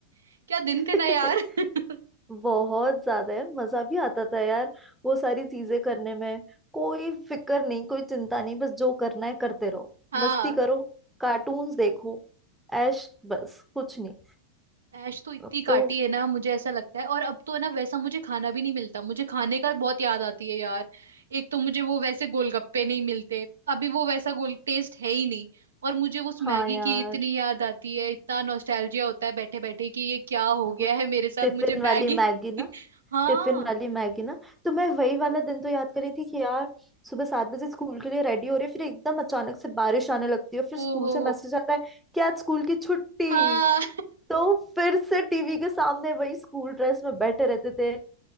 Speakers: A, on the right; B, in the centre.
A: क्या दिन
B: <laughs>
A: थे ना यार <laughs>
B: बहुत ज्यादा यार मजा भी आता था यार वो सारी चीजें करने में कोई फिक्र नहीं कोई चिंता नहीं बस जो करना है करते रहो
A: हाँ
B: मस्ती करो कार्टून्स देखो ऐश बस कुछ नहीं
A: ऐश तो इतनी
B: अब
A: काटी
B: तो
A: है ना मुझे ऐसा लगता है और अब तो है ना वैसा मुझे खाना भी नहीं मिलता मुझे खाने का बहुत याद आती है यार एक तो मुझे वो वैसे गोलगप्पे नहीं मिलते अभी वो वैसा गोल टेस्ट है ही नहीं और मुझे उस मैगी
B: हाँ यार
A: की इतनी याद आती है इतना नॉस्टैल्जिया होता है बैठे बैठे कि ये क्या हो
B: वो
A: गया है मेरे साथ
B: टिफिन
A: मुझे मैगी
B: वाली मैगी ना
A: <laughs> हाँ
B: टिफिन वाली मैगी ना तो मैं वही वाला दिन तो याद करी थी कि यार सुबह सात बजे स्कूल के लिए रेडी हो रही फिर एकदम अचानक से बारिश आने लगती है फिर स्कूल
A: ओहो
B: से मैसेज आता है कि आज स्कूल की छुट्टी
A: हाँ
B: तो फिर से टीवी के सामने वही स्कूल ड्रेस में बैठे रहते थे